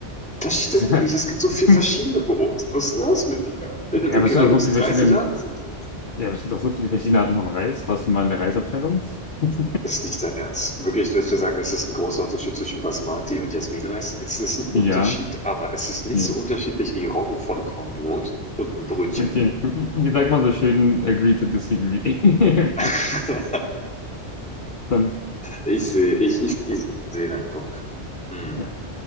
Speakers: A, in the centre; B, on the left.
A: Das stimmt
B: <laughs>
A: nicht. Es gibt so viel verschiedene Brote. Was ist los mit dir? In der
B: Ja,
A: Bäckerei
B: aber es gibt auch
A: gibt
B: so viele
A: es 30
B: verschiedene,
A: Arten von Brot.
B: ja, aber es gibt auch so viele verschiedene Arten von Reis. Warst du mal in der Reisabteilung? <laughs>
A: Ist nicht dein Ernst. Wirklich, du willst mir sagen, es ist ein großer Unterschied zwischen Basmati und Jasminreis? Es ist ein
B: Ja,
A: Unterschied, aber es ist nicht
B: ja.
A: so unterschiedlich wie Roggenvollkornbrot und ein Brötchen.
B: Okay. Wie sagt man so schön, agree to disagree? <laughs> Okay.
A: <laughs>
B: Dann.
A: Ich sehe, ich, ich, ich sehe deinen Punkt. Hm.
B: ja.